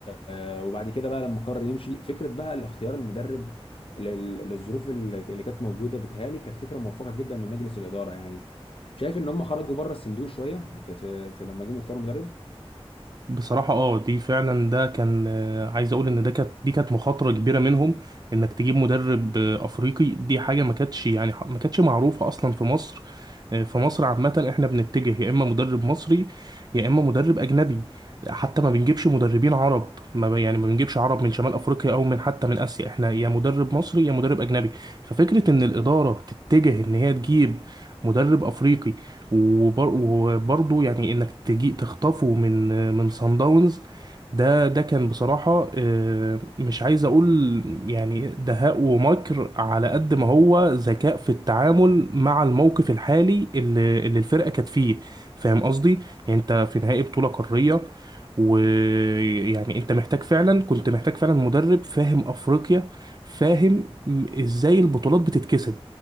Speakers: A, on the left (about 60°); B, on the right (about 40°).
A: آه، وبعد كده بقى لما قرر يمشي فكره بقى الاختيار المدرب لل- للظروف اللي اللي كانت موجوده بتهيألي كانت فكره موفقه جدا من مجلس الاداره يعني شايف ان هم خرجوا بره الصندوق شويه في, في, في لما جم يختاروا مدرب
B: بصراحة اه دي فعلا ده كان آه، عايز اقول ان ده كانت دي كانت مخاطرة كبيرة منهم انك تجيب مدرب آه، افريقي دي حاجة ما كانتش يعني ما كانتش معروفة اصلا في مصر آه، في مصر عامة احنا بنتجه يا اما مدرب مصري يا اما مدرب اجنبي حتى ما بنجيبش مدربين عرب ما ب- يعني ما بنجيبش عرب من شمال افريقيا او من حتى من اسيا احنا يا مدرب مصري يا مدرب اجنبي ففكرة ان الادارة تتجه ان هي تجيب مدرب افريقي وبر... وبرضه يعني انك تجي تخطفه من من صن داونز ده ده كان بصراحة آه، مش عايز اقول يعني دهاء ومكر على قد ما هو ذكاء في التعامل مع الموقف الحالي اللي, اللي الفرقة كانت فيه فاهم قصدي يعني انت في نهائي بطولة قارية ويعني انت محتاج فعلا كنت محتاج فعلا مدرب فاهم افريقيا فاهم ازاي البطولات بتتكسب